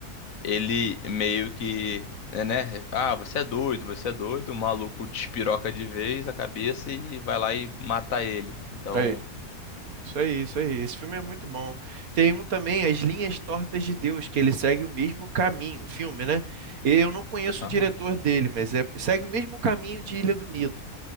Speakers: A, on the left (about 60°); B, on the right (about 65°).
A: ele meio que, é, né? Ah, você é doido, você é doido. O maluco despiroca de vez a cabeça e vai lá e mata ele. Então,
B: É, isso aí, isso aí. Esse filme é muito bom. Tem um também, As Linhas Tortas de Deus, que ele segue o mesmo caminho, um filme, né? Eu não conheço
A: aham.
B: o diretor dele, mas é- segue o mesmo caminho de Ilha do Medo.